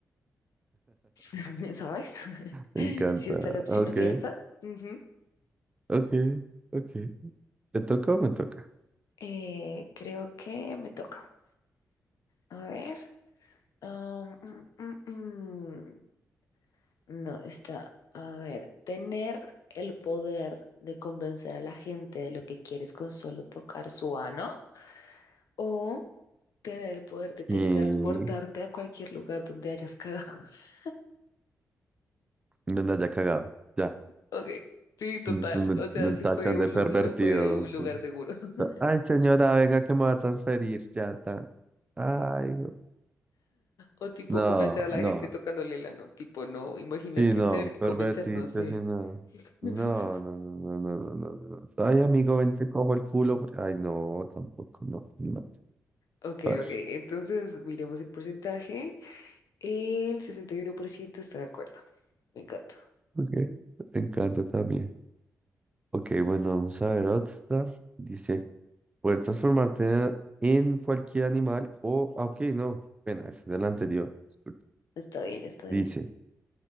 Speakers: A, on the left (about 80°); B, on the right (about 20°).
A: <laughs> ¿sabes?
B: me
A: <laughs>
B: encanta.
A: Si está la opción
B: Ok,
A: abierta. Ujú.
B: ok, ok. ¿Te toca o me toca?
A: Eh, creo que me toca. A ver. Am, mm, mm, mm. No, está, a ver, tener el poder de convencer a la gente de lo que quieres con solo tocar su ano o tener el poder de teletransportarte
B: Y
A: a cualquier lugar donde hayas cagado. <laughs>
B: no me haya cagado. Ya.
A: Ok, sí, total.
B: Después me,
A: O sea,
B: me
A: si
B: tachan
A: fue un
B: de pervertido.
A: lugar o fue un
B: sí.
A: lugar seguro. <laughs>
B: Ay, señora, venga que me va a transferir. Ya está. Ay, no,
A: O tipo
B: no.
A: convencer a la
B: no,
A: gente tocándole el ano. Tipo, no, imagínate
B: Sí, no,
A: tener que
B: pervertido,
A: convencer, no sé.
B: sí, no.
A: <laughs>
B: No, no, no, no, no, no, no. no. no. Ay, amigo, ven, te cojo el culo. Ay, no, tampoco, no. no.
A: Ok,
B: A ver,
A: ok, entonces miremos el porcentaje. El 61% está de acuerdo. Me encanta.
B: ok. Me encanta también. Ok, bueno, vamos a ver otra. Dice, poder transformarte en cualquier animal o, ah, ok, no, pena, es de la anterior. disculpe.
A: Está bien, está bien.
B: Dice,